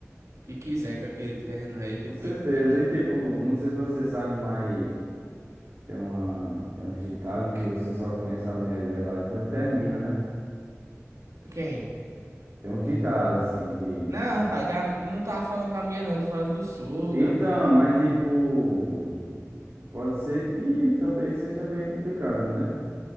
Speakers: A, on the right (about 85°); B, on the right (about 55°).
A: que quiser com aquele terreno aí, depois
B: com certeza.
A: de muito.
B: E tipo, não sei se você sabe, mas tem uma, tem uns ditados que você só conhece a mulher de verdade quando termina, né?
A: Quem?
B: Tem uns ditados assim que
A: Não,
B: você...
A: rapaz, da- não tava falando da mulher, não, tô falando do sogro,
B: Então,
A: rapaz.
B: mas tipo, pode ser que também seja meio complicado, né?